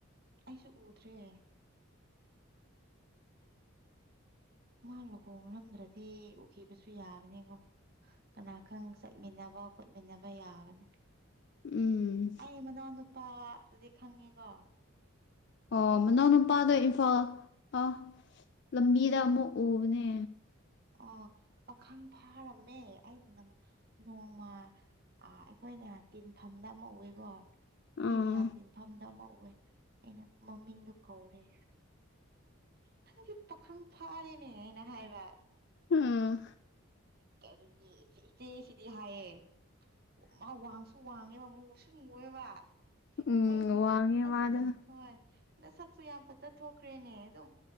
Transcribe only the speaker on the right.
ꯑꯩꯁꯨ ꯎꯗ꯭ꯔꯦ ꯃꯥ ꯂꯨꯍꯣꯡꯡꯂꯝꯗ꯭ꯔꯗꯤ ꯎꯈꯤꯕꯁꯨ ꯌꯥꯕꯅꯦꯀꯣ ꯀꯅꯥꯈꯪ ꯆꯠꯃꯤꯟꯅꯕ ꯈꯣꯠꯃꯤꯟꯅꯕ ꯌꯥꯕꯅꯤ
ꯑꯩ ꯃꯅꯥꯎ ꯅꯨꯄꯥ ꯑꯗꯨꯗꯤ ꯈꯪꯉꯤꯀꯣ
ꯑꯣ ꯄꯥꯈꯪ ꯐꯥꯔꯝꯃꯦ ꯑꯩꯅ ꯅꯣꯡꯃ ꯑꯩꯈꯣꯏ ꯅꯦ ꯇꯤꯟꯐꯝꯗ ꯑꯃ ꯎꯑꯦꯀꯣ ꯃꯤ
ꯃꯌꯥꯝ ꯇꯤꯟꯐꯝꯗ ꯑꯃ ꯎ ꯀꯑꯦ ꯑꯩꯅ ꯃꯃꯤꯡꯗꯨ ꯀꯧꯔꯦ ꯅꯪꯗꯤ ꯄꯥꯈꯪ ꯐꯥꯔꯦꯅꯦ ꯑꯩꯅ ꯍꯥꯏꯕ
ꯀ ꯏꯆꯦ ꯁꯤꯗꯤ ꯍꯥꯏꯌꯦꯦ ꯃꯥ ꯋꯥꯡꯁꯨ ꯋꯥꯡꯉꯦꯕ ꯃꯨꯁꯨ ꯃꯨꯑꯦꯕ
ꯑꯩꯅ
ꯑꯁ
ꯅ ꯍꯣꯏꯣꯏ ꯅ ꯁꯛꯁꯨ ꯌꯥꯝ ꯐꯖ ꯊꯣꯛꯈ꯭ꯔꯦꯅꯦ ꯑꯗꯣ